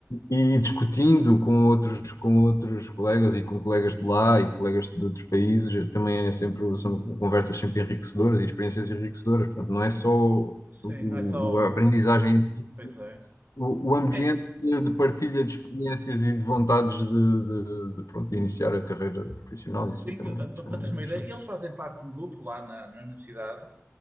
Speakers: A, on the left; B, on the right.
A: e- e discutindo com outros, com outros colegas e com colegas de lá e colegas de outros países, também é sempre, são conversas sempre enriquecedoras e experiências enriquecedoras. Portanto, não é só o,
B: Sim, não é só
A: o- a aprendizagem
B: o link.
A: em si,
B: Pois é.
A: o, o ambiente
B: É sim,
A: de, de partilha de experiências e de vontades de, de, de, pronto, de iniciar a carreira profissional, e
B: sim,
A: assim também,
B: para
A: isto é muito
B: teres uma
A: interessante.
B: ideia, eles fazem parte de um grupo lá na, na universidade